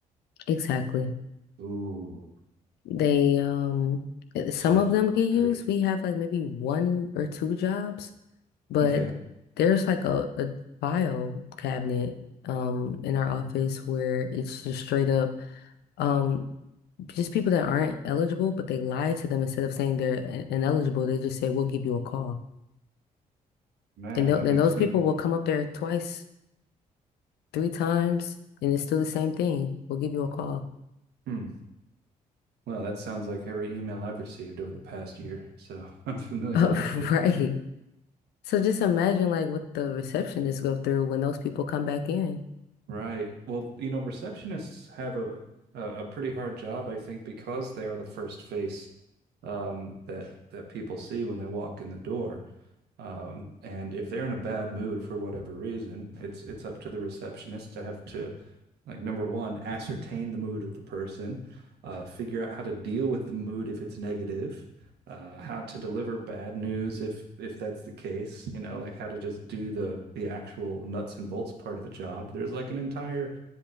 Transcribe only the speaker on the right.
Ooh,
Sounds
dirty.
Okay.
Man,
that
makes
me.
Hmm. Well, that sounds like every email I've received over the past year. So <laughs> I'm familiar
with it.
Right. Well, you know, receptionists have a a, a pretty hard job, I think, because they are the first face um, that that people see when they walk in the door. Um, and if they're in a bad mood for whatever reason, it's it's up to the receptionist to have to, like, number one, ascertain the mood of the person, uh, figure out how to deal with the mood if it's negative, uh, how to deliver bad news if if that's the case, you know, like how to just do the the actual nuts and bolts part of the job. There's like an entire,